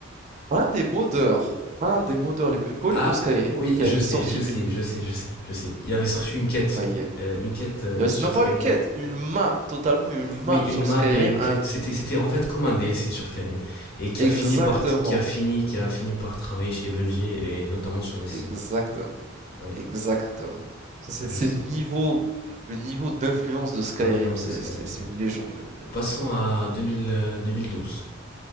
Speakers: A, on the right; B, on the left.
A: un des modeurs, un des modeurs les plus connus
B: Ah
A: de Skyrim,
B: oui,
A: qui
B: je
A: avait
B: sais,
A: sorti
B: je sais,
A: une,
B: je sais, je sais, je sais. Il avait sorti une quête.
A: bah,
B: euh, une quête euh,
A: Euh,
B: sur
A: c'est- Non, pas
B: Skyrim.
A: une quête, une map, totalement une map
B: Oui, une
A: sur
B: map
A: Skyrim.
B: et une quête.
A: un-
B: C'était, c'était en fait comme un DLC sur Skyrim. Et qui
A: Exactement,
B: a fini par, t- qui a fini, qui a fini par travailler chez Bungie et notamment sur les Sims.
A: exactement,
B: Ouais,
A: exactement. C'est c'est-
B: je
A: c'est
B: sais.
A: le niveau, le niveau d'influence de Skyrim,
B: L'influence
A: c'est
B: de Skyrim,
A: c'est- c'est
B: ouais.
A: une légende. je veux dire.
B: Passons à 2000, euh, 2012.